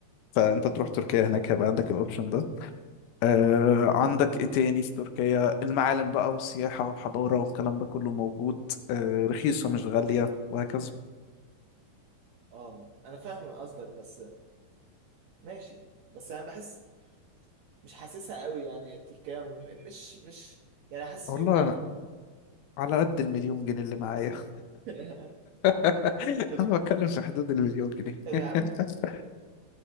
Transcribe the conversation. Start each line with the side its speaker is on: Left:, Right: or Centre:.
Left: فانت تروح تركيا هناك هيبقى عندك الاوبشن ده آه عندك ايه تاني في تركيا المعالم بقى والسياحة والحضارة والكلام ده كله موجود آه رخيصة مش غالية وهكذا
Right: اه انا فاهم قصدك بس ماشي بس انا بحس مش حاسسها قوي يعني تركيا م- مش مش يعني حاسس
Left: والله
Right: إن-
Left: أنا على قد المليون جنيه اللي معايا
Right: <laughs>
Left: <laughs>
Right: طب
Left: انا بتكلم في حدود المليون جنيه
Right: طب
Left: <laughs>
Right: يا عم